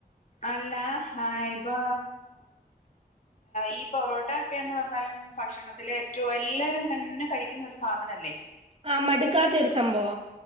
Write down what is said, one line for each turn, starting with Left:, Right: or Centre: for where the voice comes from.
Left: അല്ലഹ് അയ്പ്പൊ ഈ പൊറോട്ടൊക്കെന്ന് പർഞ്ഞാലും ഭക്ഷണത്തിലേറ്റു എല്ലരും തന്നെ കഴിക്കുന്ന ഒരു സാധനല്ലേ
Right: ആഹ് മട്ക്കാത്തൊരു സംഭവ